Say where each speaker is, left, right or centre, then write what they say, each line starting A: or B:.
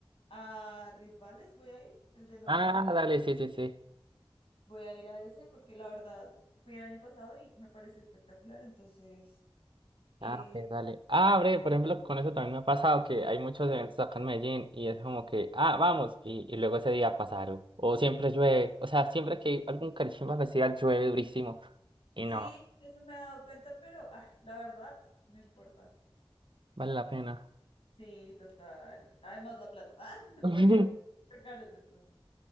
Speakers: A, on the left (about 70°); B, on the right (about 60°).
A: a Ritvales voy a ir, el de noviembre.
B: Ah, dale, sí, sí, sí.
A: Voy a ir a ese porque la verdad fui el año pasado y me pareció espectacular. Entonces... Eh,
B: Ah, ok, dale. Ah, breve, por ejemplo, con eso también me ha pasado que hay muchos eventos acá en Medellín y es como que, ah, vamos, y, y luego ese día pasa algo. O siempre llueve, o sea, siempre que hay algún Carichimba Festival llueve durísimo y
A: Sí,
B: no,
A: eso me he dado cuenta, pero ah, la verdad, no importa.
B: vale la pena.
A: Sí, total. Además, la plata, <laughs> ah,
B: <laughs>
A: porque son súper caros, entonces.